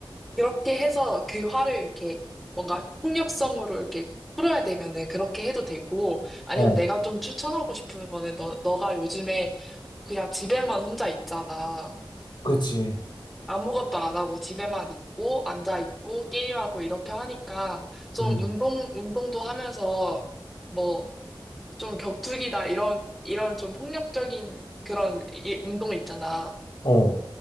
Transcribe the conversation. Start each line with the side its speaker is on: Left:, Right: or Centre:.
Centre: 그렇게 해서 그 화를 이렇게 뭔가 폭력성으로 이렇게 풀어야 되면은 그렇게 해도 되고 아니면
Left: 어,
Centre: 내가 좀 추천하고 싶은 거는 너, 너가 요즘에 그냥 집에만 혼자 있잖아.
Left: 그지.
Centre: 아무것도 안 하고 집에만 있고 앉아 있고 게임하고 이렇게 하니까 좀
Left: 음,
Centre: 운동 운동도 하면서 뭐 좀 격투기다 이런 이런 좀 폭력적인 그런 이- 운동 있잖아.
Left: 어,